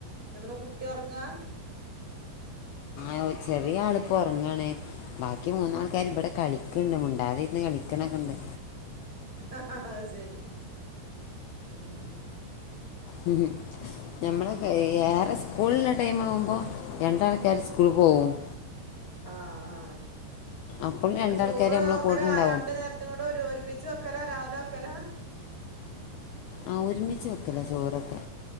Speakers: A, on the right; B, on the left.
A: എന്നിട്ട്പ്പ കുട്ടി ഉറങ്ങാ
B: ആഹ് ചെറിയാളിപ്പോ ഉറങ്ങാണ് ബാക്കി മൂന്നാൾക്കാരും ഇവിടെ കളിക്കണ്ട് മുണ്ടാതിരുന്ന് കളിക്കണെക്കെയിണ്ട്
A: അഹഹാഹാ അയിസെരി മ്
B: മ്മ്ഹ് ഞമ്മൾ ഏറെ സ്കൂളില്ലേ ടൈംമാകുമ്പോൾ രണ്ടാൾക്കാര് സ്കൂള്ള്പ്പോകും
A: ആഹ്
B: അപ്പോൾ
A: ആ
B: രണ്ടാൾക്കാർ
A: ചോറ്
B: നമ്മളെ
A: ഓക്കെരാ
B: കൂടെ ഉണ്ടാവും
A: രണ്ട് നേര ഇത്തഇങ്ങട്ട് വരൂ ഒരുമിച്ച് വക്കലാ രാവില വക്കലാ
B: ആഹ് ഒരുമിച്ച് വക്കലാ ചോറൊക്കെ